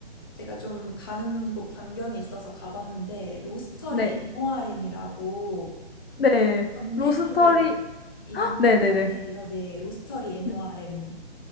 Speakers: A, on the left; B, on the left.
A: 제가 좀 가는 곳 반경에 있어서 가봤는데 로스터리
B: 네.
A: NORM이라고
B: 네.
A: 건대
B: 로스터리
A: 쪽에 있는
B: 헉, 네네네.
A: 카페예요. 네, 로스터리 NORM.
B: 네. 네.